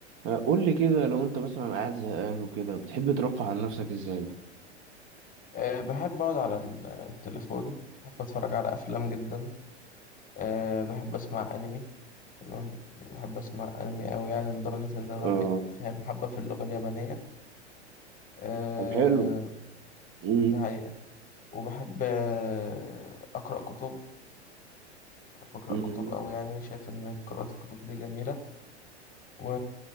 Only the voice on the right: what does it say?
آه، قول لي كده لو انت مثلا قاعد زهقان وكده بتحب ترفه عن نفسك ازاي؟
آه
طب حلو امم
امم